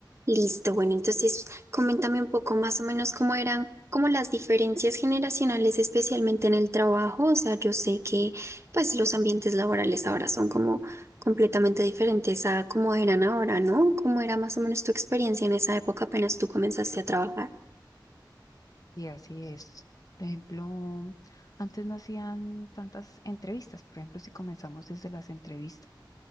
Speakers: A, on the right; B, on the left.
A: Listo, bueno, entonces coméntame un poco más o menos cómo eran como las diferencias generacionales, especialmente en el trabajo. O sea, yo sé que pues los ambientes laborales ahora son como completamente diferentes a cómo eran ahora, ¿no? ¿Cómo era más o menos tu experiencia en esa época apenas tú comenzaste a trabajar?
B: Y así es. Por ejemplo, antes no hacían tantas entrevistas. Por ejemplo, si comenzamos desde las entrevistas,